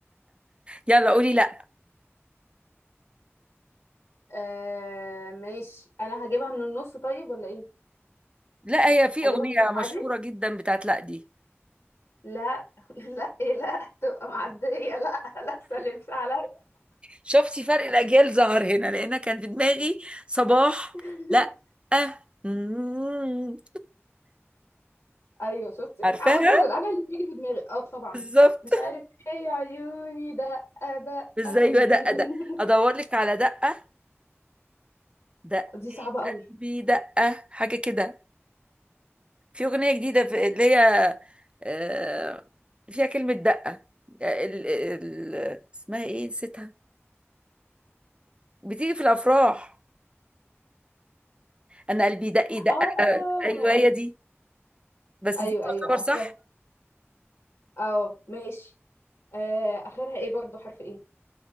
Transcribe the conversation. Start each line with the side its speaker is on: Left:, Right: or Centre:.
Right: يلا قولي لا
Left: آه ماشي انا هجيبها من النص طيب ولا ايه
Right: لا هي في
Left: اجيبها
Right: أغنية
Left: من النص
Right: مشهورة
Left: عادي
Right: جدا بتاعت لا دي
Left: لا <laughs> لا إيه لا تبقى معديه لا لا سلمش عليا
Right: شفتي فرق الاجيال ظهر هنا لان كان في دماغي صباح
Left: <laughs>
Right: لا أه. مم.
Left: ايوه شفتي
Right: عارفاها
Left: على طول انا اللي بيجي في دماغي اه طبعا
Right: <laughs> بالظبط
Left: مش عارف ايه يا عيوني دقه دقه
Right: ازاي يا دقه ده ادور
Left: <laughs>
Right: لك على دقه دقه
Left: دي صعبه قوي
Right: قلبي دقه حاجه كده في اغنيه جديده في اللي هي آه، فيها كلمه دقه ال- ال- اسمها ايه نسيتها بتيجي في الافراح انا قلبي دق دق
Left: اه
Right: ايوه هي دي بس
Left: ايوه
Right: دي تعتبر
Left: ايوه عارفاها
Right: صح
Left: اه ماشي آه اخرها ايه برضو حرف ايه